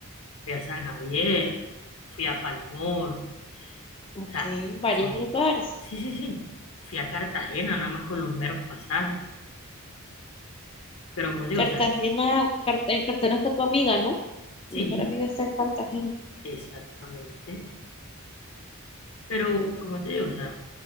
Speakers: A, on the left; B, on the left.
A: fui a San Javier, fui a Palmor,
B: Ok,
A: O sea,
B: varios
A: yo dije,
B: lugares.
A: sí, sí, sí, fui a Cartagena nada más con los meros pasajes, pero como te digo,
B: Cartagena,
A: o sea,
B: Cartagena, Cartagena está tu amiga, ¿no?
A: sí,
B: Tu mejor amiga está en Cartagena.
A: exactamente, pero
B: Mm,
A: como te digo, o sea,